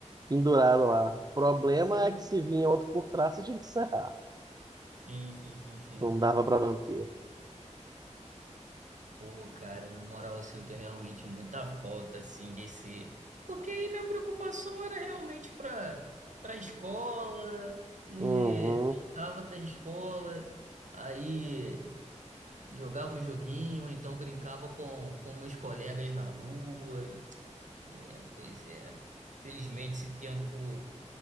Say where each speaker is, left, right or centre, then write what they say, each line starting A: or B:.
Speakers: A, on the right; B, on the right.
A: pendurado lá. O problema
B: Sim,
A: é que se vinha outro por trás, você tinha que serrar.
B: sim, sim, sim, sim.
A: Não dava pra manter.
B: Pô, cara, na moral, eu sinto realmente muita falta, assim, desse. Porque aí minha preocupação era realmente pra, pra escola, e
A: Uhum.
B: voltava da escola, aí jogava um joguinho, ou então brincava com, com meus colegas na rua. É, pois é. Infelizmente, esse tempo